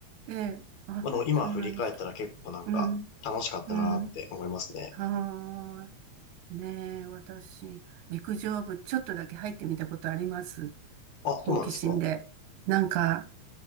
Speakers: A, on the right; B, on the left.
A: ええ、あ、
B: まあでも今振り返ったら結構なんか楽しかったなって思いますね。
A: そうなんですか。うん、うん、ああ、ねえ、私、陸上部ちょっとだけ入ってみたことあります。
B: あ、
A: 好奇心で。
B: そうなんですか
A: なんか、